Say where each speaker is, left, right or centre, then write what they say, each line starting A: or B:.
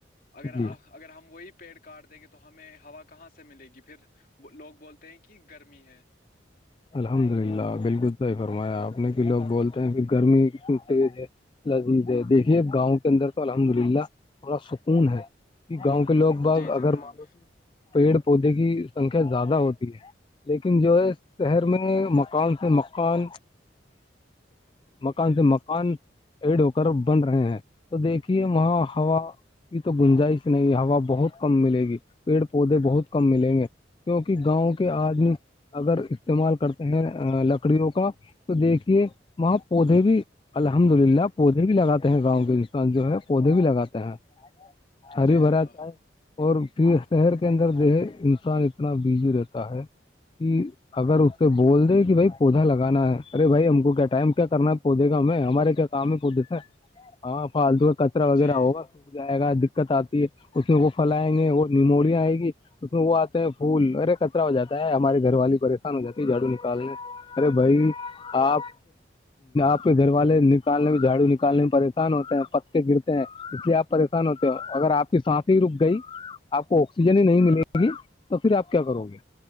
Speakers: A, on the left; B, on the left.
A: اگر
B: جی
A: آ اگر ہم وہی پیڑ کاٹ دیں گے تو ہمیں ہوا کہاں سے ملے گی پھر لوگ بولتے ہیں کہ گرمی ہے
B: الحمد للہ بالکل صحیح فرمایا آپنے کہ لوگ بولتے ہیں کہ گرمی ک ہے لذیذ ہے دیکھیے گاؤں کے اندر تو الحمد للہ پورا سکون ہے گاؤں کے لوگ باگ
A: جی جناب
B: اگر مانو تو پیڑ پودے کی سنکھیا زیادہ ہوتی ہے لیکن جو ہے شہر میں مکان سے مکان مکان سے مکان ایڈ ہو کر بن رہے ہیں تو دیکھیے وہاں ہوا یہ تو گنجائش نہیں ہوا بہت کم ملے گی پیڑ پودے بہت کم ملیں گے کیونکہ گاؤں کے آدمی اگر استعمال کرتے ہیں لکڑیوں کا تو دیکھیے وہاں پودے بھی الحمد للہ پودے بھی لگاتے ہیں گاؤں کے جو ہے پودے بھی لگاتے ہیں ہری
A: جی جناب
B: برا چ ہے اور پھر شہر کے اندر دہے انسان اتنا بزی رہتا ہے کہ اگر اس سے بول دے کہ بھائی پودا لگانا ہے ارے بائی ہم کو کیا ٹائم کیا کرنا ہے پودے کا ہمیں ہمارے کیا کام کو دیتے ہاں فالتو کا کچرا وغیرہ
A: جی
B: ہوگا سوکھ جائے گا دقت آتی ہے اس میں وہ پھیلیں گے وہ نیموریا آئے گی اس میں وہ آتے ہیں پھول ارے کطرا ہو جاتا ہے ہمارے گھر والی پر س جتی جھاڑو نکالنے ارے بھائی آپ آپ کے گھر والے نکالنے میں جھاڑو نکالنے میں پریشان ہوتے ہیں پتے گرتے ہیں اس لیے آپ پریشان ہوتے ہو اگر آپ کی سانس ہی رک گئی آپ کو آکسیجن ہی نہیں ملے گی تو پھر آپ کیا کرو گے